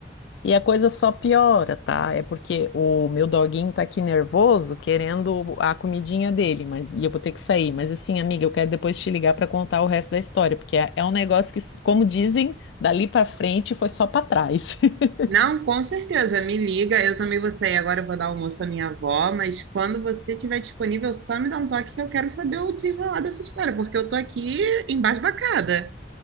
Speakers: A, on the left; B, on the right.
A: E a coisa só piora, tá? É porque o meu doguinho tá aqui nervoso, querendo a comidinha dele, mas e eu vou ter que sair. Mas assim, amiga, eu quero depois te ligar para contar o resto da história, porque é, é um negócio que, como dizem, dali para frente foi só para trás. <laughs>
B: Não, com certeza, me liga. Eu também vou sair agora, eu vou dar almoço à minha avó, mas quando você estiver disponível, só me dá um toque que eu quero saber o desenrolar dessa história, porque eu tô aqui embasbacada.